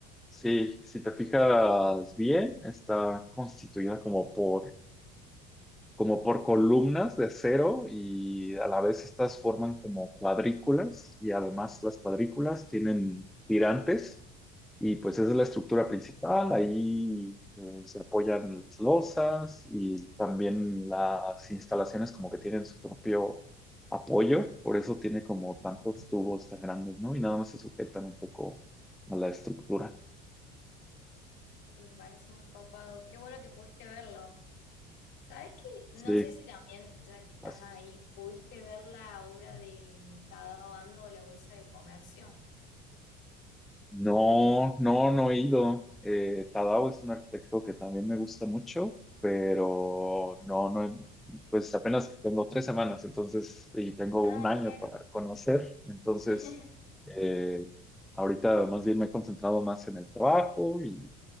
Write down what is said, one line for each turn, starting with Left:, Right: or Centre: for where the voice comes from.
Centre: sí, si te fijas bien, está constituida como por como por columnas de acero y a la vez estas forman como cuadrículas y además las cuadrículas tienen tirantes y pues esa es la estructura principal. Ahí eh, se apoyan las losas y también las instalaciones como que tienen su propio apoyo, por eso tiene como
Left: Ujú.
Centre: tantos tubos tan grandes, ¿no? Y nada más se sujetan un poco a la estructura.
Left: Y me parece muy copado. Qué bueno que pudiste verlo. ¿Sabes qué?
Centre: Sí,
Left: No sé si también, ya que estás
Centre: gracias.
Left: ahí, pudiste ver la obra de mm, Tadao Ando, La Bolsa de Comercio.
Centre: No, no, no he ido. Eh, Tadao es un arquitecto que también me gusta mucho, pero no, no, he- pues apenas tengo tres semanas, entonces, y tengo
Left: Ah,
Centre: un año
Left: claro.
Centre: para conocer, entonces,
Left: <laughs>
Centre: eh, ahorita más bien me he concentrado más en el trabajo y,